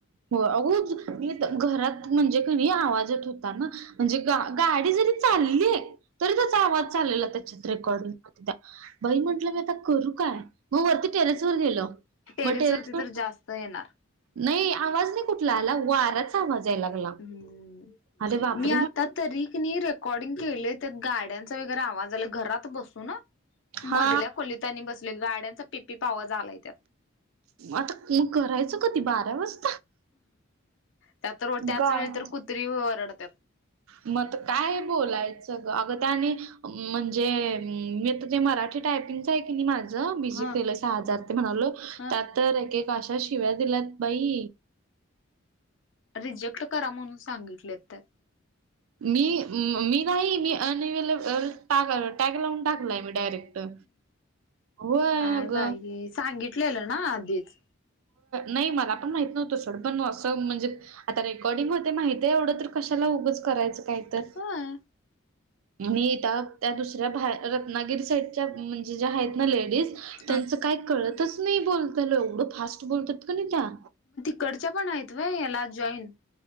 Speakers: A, on the right; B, on the left.
A: हो अगं घरात म्हणजे कणी, आवाजत होता ना. म्हणजे ग गाडी जरी चाललीय. तरी त्याचा आवाज झालेला त्याच्यात रेकॉर्डिंग. बाई म्हंटलं मी आता करू काय? मग वरती टेरेस वर गेलो.
B: टेरेस
A: मग टेरेसवर
B: वरती तर जास्त येणार.
A: नाही आवाज नाही कुठला आला. वाऱ्याचा आवाज यायला लागला.
B: हम्म
A: अरे बापरे
B: मी
A: म
B: आता तरी कणी रेकॉर्डिंग केले. त्यात गाड्यांचा वगैरे आवाज आला. घरात बसून. हो ना.
A: हा
B: मधल्या खोलीत आणि बसलोय. गाड्यांचा पिप्पिप आवाज आलाय त्यात.
A: आता म करायचं कधी. बारा वाज
B: त्या तर त्याच
A: गाय
B: वेळी तर कुत्री वरडतात.
A: म आता काय बोलायचं. अग त्यानी म्हणजे मी तर ते मराठी टायपिंगचय कीनी माझ. मीझी
B: ह
A: केलं सहा हजार ते म्हणालो.
B: ह
A: त्यात तर एक आशा शिव्या दिल्यात बाई.
B: रिजेक्ट करा म्हणून सांगितले त्यात.
A: मी मी नाही. मी अनवेलेब ट टॅग लावून टाकलाय. मी डायरेक्ट. ट. होय
B: काय
A: अग.
B: बाई सांगितलेलं ना आधीच.
A: नाही मला पण माहित नव्हत सोड. पण असं म्हणजे आता रेकॉर्डिंग होते. माहितेय एवढं तर, कशाला उगंच करायचं काय तर.
B: होय
A: आणि इता त्या दुसऱ्या बा रत्नागिरी साईडच्या. म्हणजे ज्या आहेत ना लेडीज. त्यांचं
B: ह
A: काय कळतच नाही बोलताल. एवढं फास्ट बोलतात कनी त्या.
B: तीकडच्या पण आहेत व्हय. याला जॉईन.